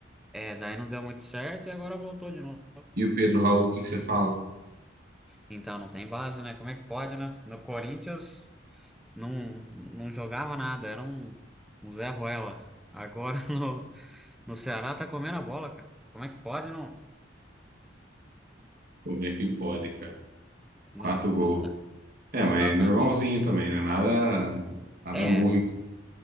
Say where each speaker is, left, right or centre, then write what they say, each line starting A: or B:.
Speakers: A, in the centre; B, on the right.
A: É, daí não deu muito certo e agora voltou de novo.
B: E o Pedro Raul, o que que você fala?
A: Então não tem base, né? Como é que pode, né? No Corinthians não, não jogava nada, era um, um Zé Ruela. Agora <laughs> no, no Ceará tá comendo a bola, cara. Como é que pode, não?
B: Como é que pode, cara?
A: Não,
B: Quatro
A: não
B: gols.
A: dá,
B: É,
A: não
B: mas
A: dá
B: é
A: pra
B: normalzinho
A: entender.
B: também, né? Nada, nada
A: É,
B: muito.